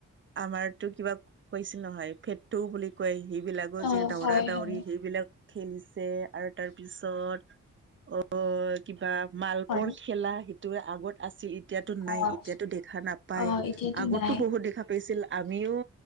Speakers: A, on the right; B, on the left.
A: আমাৰতো কিবা কৈছে নহয় ফেটটো বুলি কয় সি বিলাকৰ
B: অ',
A: যে দৌৰা
B: হয়,
A: দাউৰি
B: হয়,
A: সেইবিলাক খেল যে আৰু তাৰপিছত অ', কিবা মালবৰ
B: হয়,
A: খেলা আগত আছিল এতিয়াতো
B: অ',
A: নাই এতিয়াতো দেখা নাপাই
B: অ', এতিয়াতো
A: আগতো
B: নাই,
A: বহুত দেখা পাইছিল আমি নিও